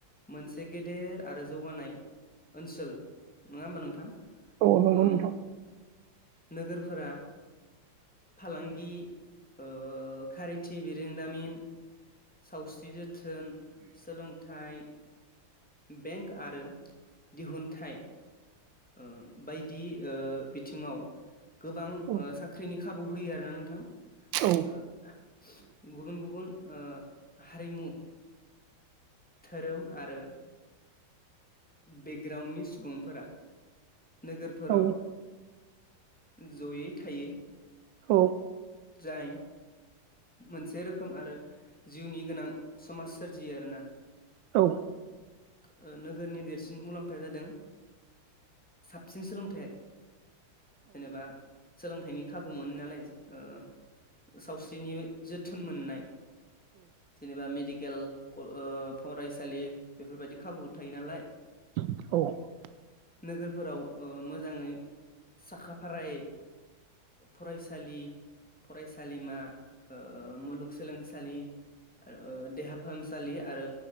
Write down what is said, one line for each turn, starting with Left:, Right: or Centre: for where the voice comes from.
Centre: मोनसे गेदेर आरो जौगानाय ओनसोल नङा होमबा नोंथां?
Right: औ नोंगौ
Centre: ओ
Right: नोंथां।
Centre: नोगोरफोरा फालांगि ओ खारिथि बिरोंदामिन सावस्रि जोथोन सोलोंथाइ बेंक आरो दिहुनथाइ ओ बायदि ओ बिथिङाव गोबां
Right: औ
Centre: ओ साख्रिनि खाबु होयो आरो ना नोंथां।
Right: औ
Centre: ओ गुबुन गुबुन ओ हारिमु धोरोम आरो बेकग्राउणडनि सुबुंफोरा नोगोरफोराव
Right: औ
Centre: जयै थायो।
Right: औ
Centre: जाय मोनसे रोखोम आरो जिउनि गोनां समाज सोरजियो आरो ना।
Right: औ।
Centre: ओ नोगोरनि देरसिन मुलाम्फाया जादों। साबसिन सोलोंथाइ। जेनेबा सोलोंथाइनि खाबु मोनो नालाय ओ सावस्रिनि जोथोन। बिथोन मोननाय जेनेबा मेडिकेल ओ फरायसालि। बेफोरबायदि खाबु थायो नालाय।
Right: औ
Centre: नोगोरफोराव मोजाङै साखाफारायै। फरायसालि, फरायसालिमा, ओ मुलुगसोलोंसालि। <unintelligible> देहा फाहामसालि आरो